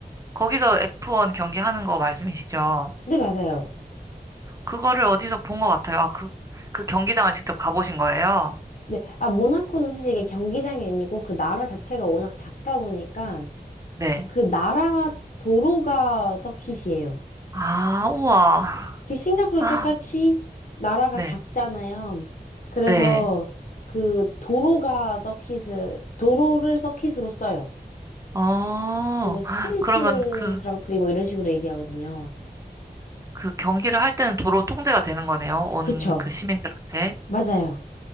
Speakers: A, on the right; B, on the left.
A: 거기서 F1 경기 하는 거 말씀이시죠?
B: 네, 맞아요.
A: 그거를 어디서 본 것 같아요. 아, 그, 그 경기장을 직접 가보신 거예요?
B: 네. 아, 모나코는 사실 이게 경기장이 아니고 그 나라 자체가 워낙 작다 보니까
A: 네.
B: 그 나라 도로가 서킷이에요.
A: 아, 우와.
B: 그 싱가포르
A: 아,
B: 똑같이 나라가
A: 네.
B: 작잖아요. 그래서
A: 네.
B: 그 도로가 서킷을 도로를 서킷으로 써요.
A: 어,
B: 그리고 스트리트
A: 그러면 그,
B: 그랑프리 뭐 이런 식으로 얘기하거든요.
A: 그 경기를 할 때는 도로 통제가 되는 거네요. 온
B: 그쵸.
A: 그 시민들한테.
B: 맞아요.